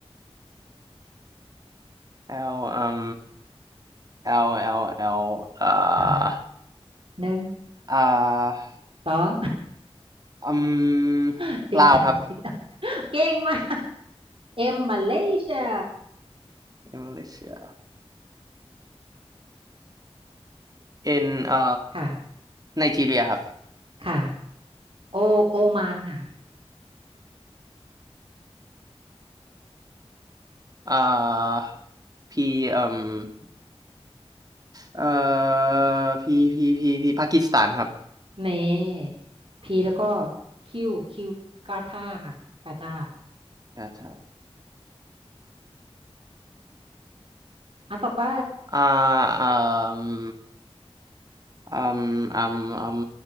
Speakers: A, on the right; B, on the right.
A: L อื L L L เอ่อ
B: อ่าฮะหนึ่ง
A: อ่า
B: สอง
A: อื
B: <laughs>
A: มลาวครับ
B: ติ๊กตอกติ๊กตอกเก่งมาก M มาเลเซีย
A: อินโดเซีย N อื
B: ค่ะ
A: ไนจีเรียครับ
B: ค่ะ โอโอมานค่ะ
A: อ่า P um เอ่อ P P P P ปากีสถานครับ
B: เน่พีแล้วก็คิวคิวกาตาค่ะกาตา
A: อ่าถ้า
B: อันต่อไป
A: อ่าอืม อืมอืมอืม